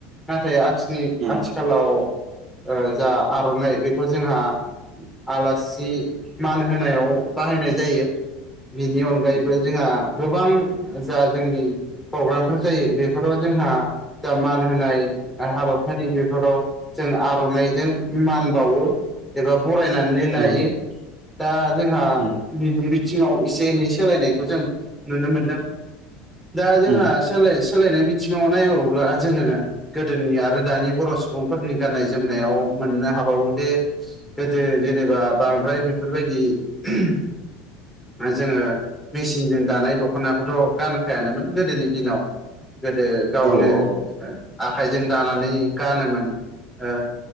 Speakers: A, in the centre; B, on the right.
A: नाथाय आथिनि आथि
B: उम
A: आखालाव ओ जा आर'नाइ बेखौ जोंहा आलासि मान होनायाव बाहायनाय जायो बिनि अनगायैबो
B: उम
A: जोंहा गोबां जा जोंनि प्र'ग्रामफोर जायो बेफोराव जोंहा जा मान होनाय हाबाफारि बेफोराव जों आर'नाइजों मान बावो एबा बरायनानै लायो
B: उम
A: दा जोंहा
B: उम
A: बिनि बिथिंआव एसे एनै सोलायनायखौ जों नुनो मोनदों दा जोंहा
B: उम
A: सोलाय सोलायनाय बिथिंआव नायोब्ला जोङो गोदोनि आरो दानि बर' सुबुंफोरनि गाननाय जोमनायाव मोननो हाबावो दे गोदो जेनोबा बांद्राय बेफोरबादि ओह जोङो मेसिनजों दानाय दख'नाखौथ' गानखायानोमोन गोदोनि दिनाव गोदो गावनो
B: औ औ
A: ओ आखाइजों दानानै गानोमोन ओ